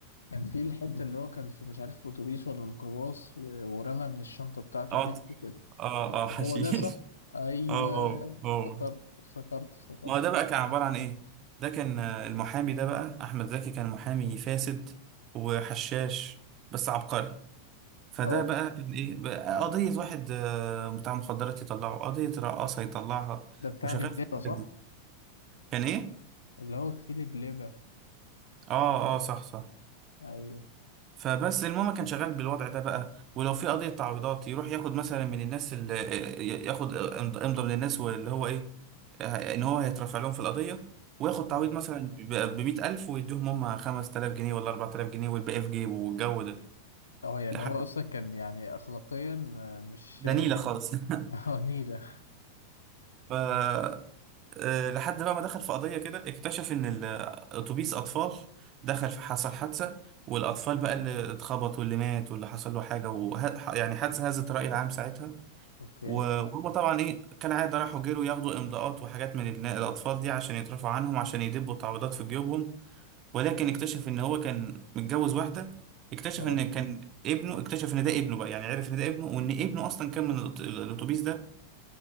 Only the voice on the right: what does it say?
اه
اه
اه حشيش
<laughs>
اه اه اه
ما هو ده بقى كان عبارة عن ايه ده كان آه، المحامي ده بقى احمد زكي كان محامي فاسد وحشاش بس عبقري فده
بقى كان ايه بقى قضية واحد آه، بتاع مخدرات يطلعه قضية رقاصة يطلعها
وشغال
في الحاجات
دي كان ايه
اه اه صح صح
فبس المهم كان شغال بالوضع ده بقى ولو في قضية تعويضات يروح ياخد مثلا من الناس اللي آه، ياخد آه، امضى من الناس واللي هو ايه آه، ان هو هيترفع لهم في القضية وياخد تعويض
مثلا ب 100000 ويديهم هم 5000 جنيه ولا 4000 جنيه والباقي في جيبه والجو ده
لحد
ده
نيلة خالص <laughs>
ف آه، لحد بقى ما دخل في قضية كده اكتشف إن ال- أتوبيس أطفال دخل في حصل حادثة والأطفال بقى اللي اتخبط واللي مات واللي حصل له حاجة وه... يعني حادثة هزت الرأي العام ساعتها
و- وهم طبعا إيه كالعادة راحوا جروا ياخدوا إمضاءات وحاجات من النا- الأطفال دي عشان يترفعوا عنهم عشان يدبوا تعويضات في جيوبهم ولكن اكتشف إن هو كان متجوز واحدة اكتشف
إن كان ابنه اكتشف إن ده ابنه بقى يعني عرف إن ده ابنه وإن ابنه أصلا كان من الأت- الأتوبيس ده